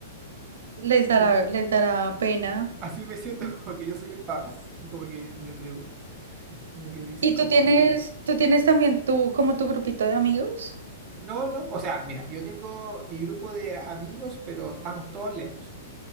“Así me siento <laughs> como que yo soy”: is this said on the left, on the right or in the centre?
Right